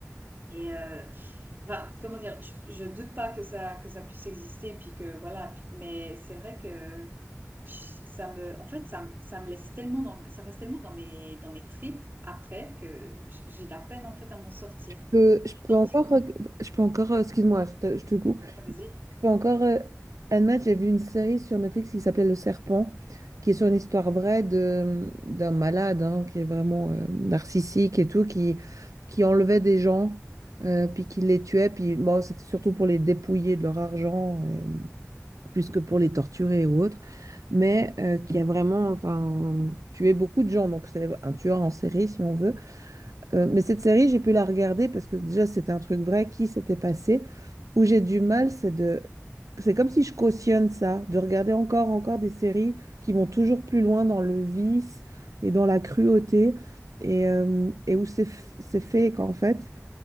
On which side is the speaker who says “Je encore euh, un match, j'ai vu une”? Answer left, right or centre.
Right